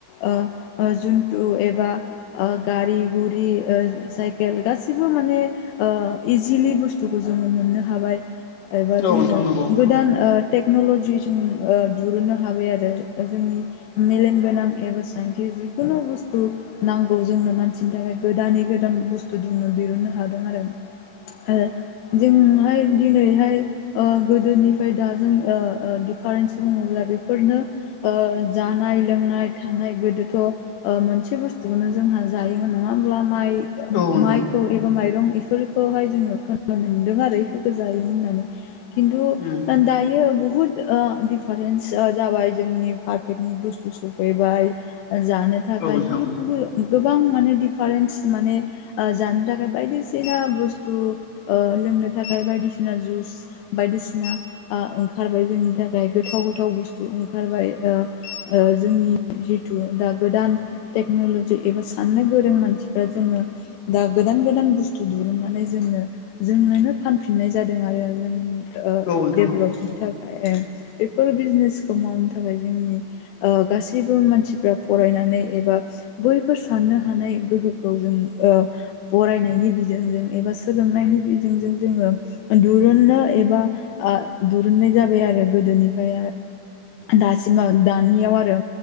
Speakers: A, on the left (about 80°); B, on the left (about 65°).
A: ओ ओ जुथु एबा ओ गारि गुरि ओ साइकेल गासिबो माने ओ इजिलि बुस्थुखौ जोङो मोननो हाबाय एबा
B: औ
A: जोङो
B: नोंथां नंगौ
A: गोदान ओ टेक्न'ल'जिजों ओ दिहुनो हाबाय आरो जोंनि मेलेमगोनां एबा साइन्टिस जिखुनु बुस्थु नांगौ जोंनो मानसिनि थाखाय गोदानै गोदान बुस्थु दनो दिरुननो हादों आरो आरो जोंहाय दिनैहाय अ' गोदोनिफ्राय दा जों ओ ओ डिफारेन्स बुङोब्ला बेफोरनो ओ जानाय लोंनाय थानाय गोदोथ' ओ मोनसे बुस्थुखौनो जोंहा जायोमोन नङा होनबा माइ
B: औ
A: माइखौ
B: नोंथां
A: एबा माइरं बेफोरखौहाय जोङो खोनानो मोनदों आरो इफोरखौ जायोमोन होननानै खिन्थु
B: उम
A: दायो बुहुत ओ दिफारेन्स ओ जाबाय जों पाकेटनि बुस्थु सफैबाय जानो थाखाय
B: औ नोंथां
A: बुहुत बुहुद गोबां माने डिफारेन्स माने ओ जानो थाखाय बायदिसिना बुस्थु ओ लोंनो थाखाय बायदिसिना जुस बायदि बायदिसिना ओ ओंखारबाय जोंनि थाखाय गोथाव गोथाव बुस्थु ओंखारबाय ओ ओ जोंनि जिथु दा गोदान टेकनलजि एबा साननो गोरों मानसिफ्रा जोङो दा गोदान गोदान गोदान बुस्थु दिरुननानै जोंनो जोंनोनो फानफिननाय जादों आरो जोंनि ओ
B: औ नोंथां
A: डेभेलपनि थाखाय बेफोर बिजनेसखौ मावनो थाखाय जोंनि ओ गासैबो मानसिफ्रा फरायनानै एबा बैफोर साननो हानाय गोहोखौ जों ओ फरायनायनि बिजोंजों एबा सोलोंनायनि बेजोंजों जोङो दुरुननो एबा ओ दुरुननाय जाबाय आरो गोदोनिफ्राय दासिम दानियाव आरो